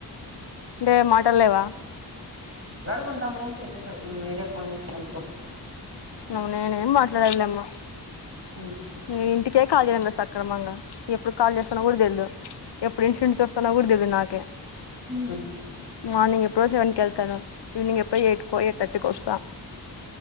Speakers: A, on the left; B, on the right.
A: అంటే మాటల్లేవా
B: కుంటాము తెలీదు మీరే ఫోన్ చేసి కనుకో
A: నమ నేనే ఏం మాట్లాడలమ్ మా
B: మ్మ్
A: నేను ఇంటికే కాల్ చేయన్ రా సక్రమంగా ఎప్పుడు కాల్ చేస్తున్నా కూడా తెల్దు ఎప్పుడు ఇన్సిడెంట్ వస్తున్నా కూడా తెల్దు విన్నాకే
B: మ్మ్
A: రాం నీ ఎప్పుడో సెవన్ కెళ్తను ఈవినింగ్ ఎప్పు ఎయిట్ కో ఎట్ ర్టీకి వస్ స